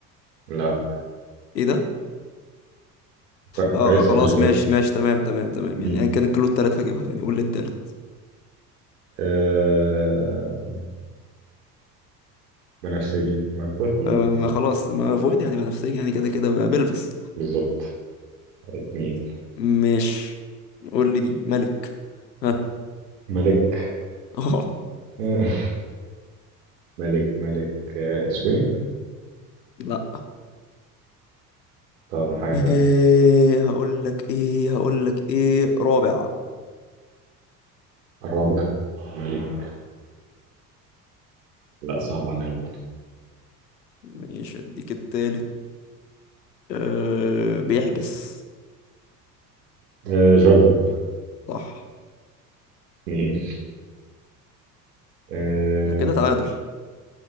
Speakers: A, on the right (about 75°); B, on the left (about 80°).
A: لا
B: ايه ده
A: ك-
B: اه
A: كويسة
B: خلاص
A: مش
B: ماشي ماشي تمام تمام تمام
A: فويد
B: يعني ايا كان الكيلو التالت هجيبها يعني قول لي التالت
A: آه بنفسجي ما الألفاظ كلهم
B: آه،
A: بنفسجي
B: ما خلاص ما فويد يعني بنفسجي يعني كده كده بقى بلبس
A: بالظبط اتنين
B: مش قول لي دي ملك ها
A: ملك
B: <laughs> اه
A: آه، ملك ملك آه سوين
B: لا
A: طب حاجة
B: ايه
A: تانية
B: هقول لك ايه هقول لك ايه رابع
A: رابع ملك لا صعب عليا برضه
B: مش اديك التالت أه بيحبس
A: آه جوردن
B: صح
A: اتنين آه
B: أنا كده تعادل